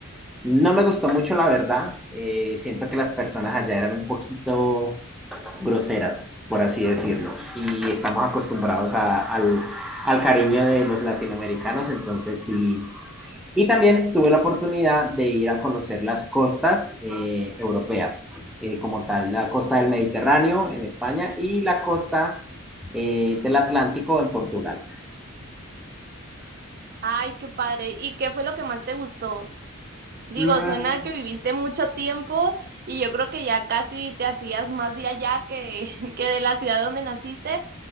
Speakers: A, in the centre; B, on the right.
A: No me gustó mucho, la verdad. Eh, siento que las personas allá eran un poquito groseras, por así decirlo, y estamos acostumbrados a- al, al cariño de los latinoamericanos, entonces sí y también tuve la oportunidad de ir a conocer las costas eh, europeas, eh, como tal, la costa del Mediterráneo en España y la costa eh, del Atlántico en Portugal.
B: Ay, qué padre. ¿Y qué fue lo que más te gustó? Digo,
A: Mm,
B: suena que viviste mucho tiempo y yo creo que ya casi te hacías más de allá que, <laughs> que de la ciudad donde naciste,